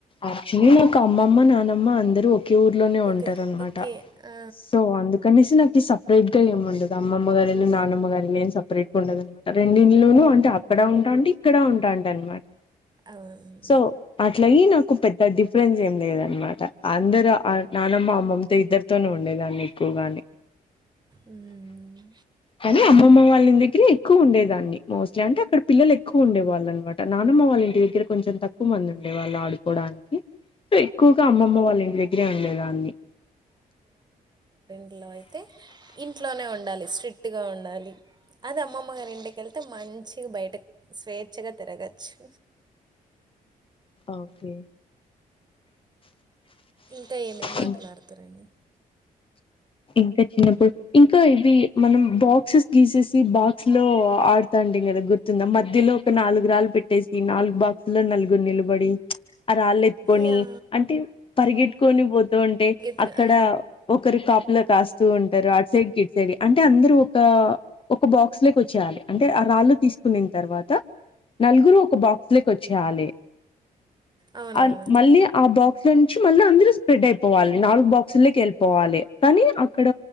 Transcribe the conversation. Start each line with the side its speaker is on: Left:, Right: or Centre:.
Left: యాక్చువల్లీ నాకు అమ్మమ్మ నానమ్మ అందరూ ఒకే ఊర్లోనే
Right: ఓకే
Left: ఉంటారు అనమాట
Right: ఓకే ఆ,
Left: సో అందుకనేసి నా కి సపరేట్‌గా ఏం ఉండదు అమ్మమ్మ గారి ఇల్లు నానమ్మ గారు ఇల్లు ఏం సపరేట్‌గా ఉండదు అనమాట రెండు ఇండ్లును అంటే అక్కడ ఉంటాంటి ఇక్కడ ఉంటాంటి అనమాట
Right: అవునండి
Left: సో అట్లాయి నాకు పెద్ద డిఫరెన్స్ ఏం లేదనమాట అందరుూ నానమ్మ అమ్మమ్తో ఇద్దరుతోనే ఉండేదాన్ని ఎ పోగానే
Right: ఉమ్మ్
Left: కానీ అమ్మమ్మ వాళ్ల దగ్గరే ఎక్కువ ఉండే దాన్ని మోస్ట్లీ అంటే అక్కడ పిల్లలు ఎక్కువ ఉండేవాళ్ళు అనమాట నాన్నమ్మ వాళ్ళ ఇంటి దగ్గర కొంచెం తక్కువ మంది ఉండే వాళ్ళు ఆడుకోడానికి సో ఎక్కువగా అమ్మమ్మ వాళ్ళ ఇంటి దగ్గరే ఉండేదాన్ని
Right: ఇలో అయితే ఇంట్లోనే ఉండాలి స్ట్రిక్ట్గా ఉండాలి అది అమ్మమ్మ గారు ఇంటికేళ్తే మంచి బయటకి స్వేచ్ఛగా తిరగచ్చు
Left: ఓకే
Right: ఇంకా ఏమేమి
Left: ఉ
Right: ఆటలాడుతారండి
Left: ఇంకా చిన్నప్పుడు ఇంకా ఇవి మనం బాక్సెస్ తీసేసి బాక్స్‌లో ఆడు తాంటిమి కదా గుర్తుందా మధ్యలో ఒక నాలుగు రాళ్ళు పెట్టేసి నాలుగు బాక్సులో నలుగురు నిలబడి ఆ రాళ్ళు ఎత్తుకొని
Right: యా
Left: అంటే పరిగెట్టుకొని పోతూ ఉంటే
Right: గీతిక
Left: అక్కడ
Right: ఆ
Left: ఒకరు కాపు కాపల కాస్తు ఉంటారు అట్ సైడ్ <unintelligible> అంటే అందరు ఆ ఒక్క వచ్చేయాలి అంటే ఆ రాళ్ళు తీసుకునిన్ తర్వాత నలుగురు ఒక బాక్స్ లోకి వచ్చేయాలి
Right: అవునవును
Left: అ మళ్ళీ ఆ బాక్స్ నుంచి మళ్ళ అందరు స్ప్రెడ్ అయిపోవాలి నాలుగు బాక్సుల్లోకి ఎళ్ళిపోవాలి కానీ అక్కడ